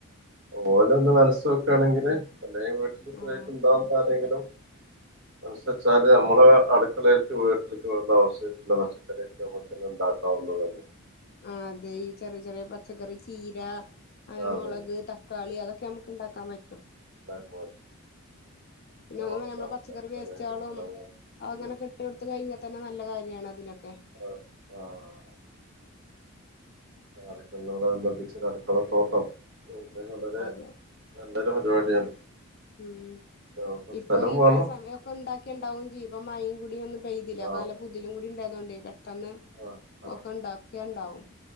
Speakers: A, on the right (about 55°); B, on the left (about 45°).
A: ഓന് ഒന്ന് മനസ്സ വോക്കയാണെങ്കില് അല്ല വീട്ടിൽ സ്ഥരായിട്ട
B: ആഹ്
A: ഉണ്ടാവുന്ന ആരെ <inaudible> ങ്കിലും മനുസച്ചാല് നമ്മളെ അടുക്കളയിലേക്ക് വീട്ടിലേക്ക് വേണ്ട അവശ്യുള്ള പച്ചക്കറിയൊക്കെ നമുക്കെല്ലാം ഉണ്ടാക്കും തന്നതെ <inaudible>
B: അതെ ഈ ചെറിയ ചെറിയ പച്ചക്കറി ചീര അങ്ങനെ
A: ആഹ്
B: മുളക്
A: അതന്നെ
B: തക്കാളി അതൊക്കെ നമുക്ക് ഇണ്ടാക്കാൻ പറ്റും
A: ആഹ്
B: പിന്നെ ഒന്നും
A: മത്തം,
B: നമ്മ പച്ചക്കറി
A: മത്തന്,
B: വേസ്റ്റളും
A: കുമ്പളങ്ങ
B: അങ്ങനെ
A: ഉം
B: കെട്ട് എടു കഴിഞ്ഞാൽ തന്നെ നല്ല കാര്യാണ് അതിനൊക്കെ
A: ആഹ് ആഹ് അടക്കളിനോടനുബന്ധിച്ച് അടക്കള തോട്ടം അ വളരെ
B: അതെ
A: എന്ത നല്ല പരിപാടിയാണ്
B: ഉം
A: നമുക്ക്
B: ഇപ്പൊ
A: സ്ഥലം
B: ഈ
A: വേണം
B: മയ സമയമ ഒക്കെ ഉണ്ടാക്കിണ്ടാവും ചെയ്യും ഇപ്പ മഴയും കൂടി ഒന്നുപെയ്തില്ല അപ്പൊ
A: ആഹ്
B: നല്ല പുതിലും കൂടി ഉണ്ടായതോണ്ട് പെട്ടെന്ന്
A: ആഹ് ആഹ്
B: ഒക്കെ ഉണ്ടാക്കുകണ്ടാവും